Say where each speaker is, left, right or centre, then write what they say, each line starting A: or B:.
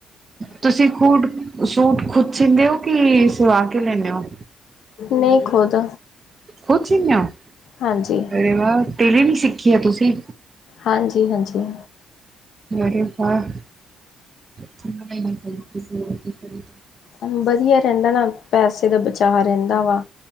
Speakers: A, on the right; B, on the left.
A: ਤੁਸੀਂ ਖੂਟ ਸੂਟ ਖੁਦ ਸੀਦੇ ਹੋ, ਕਿ ਸਵਾ ਕੇ ਲੈਂਦੇ ਹੋ?
B: ਨਹੀਂ ਖੁਦ।
A: ਖੁਦ ਸਿੰਦੀਆਂ ਉਹ
B: ਹਾਂਜੀ
A: ਅਰੇ ਵਾਓ, ਟੇਲਰਿੰਗ ਸਿੱਖੀ ਆ ਤੁਸੀਂ?
B: ਹਾਂਜੀ- ਹਾਂਜੀ।
A: ਅਰੇ ਵਾਹ, ਕਿੱਥੋਂ ਦਿਮਾਗ ਲਿਆਂਦਾ
B: ਅੰਦਰ ਈ ਰਹਿੰਦਾ ਨਾ, ਪੈਸੇ ਦਾ ਬਚਾਅ ਰਹਿੰਦਾ ਵਾ